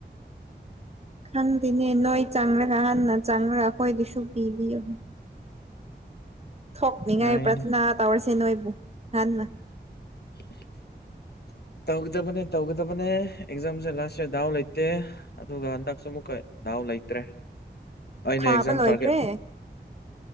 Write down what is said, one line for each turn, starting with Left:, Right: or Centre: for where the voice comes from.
Right: ꯈꯪꯗꯦꯅꯦ ꯅꯣꯏ ꯆꯪꯈ꯭ꯔꯥ ꯍꯟꯅ ꯆꯪꯈ꯭ꯔꯥ ꯑꯩꯈꯣꯏꯗꯨꯁꯨ ꯄꯤꯕꯤꯌꯨ ꯊꯣꯛꯅꯤꯡꯉꯥꯏ
Left: ꯌꯥꯏꯅꯦ
Right: ꯄ꯭ꯔꯊꯅꯥ ꯇꯧꯔꯁꯦ ꯅꯣꯏꯕꯨ ꯍꯟꯅ
Left: <inaudible> ꯇꯧꯒꯗꯕꯅꯦ ꯇꯧꯒꯗꯕꯅꯦ ꯑꯦꯛꯖꯥꯝꯁꯦ ꯂꯥꯁ ꯏꯔ ꯗꯥꯎ ꯂꯩꯇꯦ ꯑꯗꯨꯒ ꯍꯟꯗꯛꯁꯨ ꯑꯃꯨꯛꯀ ꯗꯥ ꯇ꯭ꯔꯦ ꯑꯩꯅ
Right: ꯊꯥꯕ
Left: ꯑꯦꯛꯖꯥꯝ
Right: ꯂꯣꯏꯈ꯭ꯔꯦ
Left: ꯇꯥꯔꯒꯦꯠ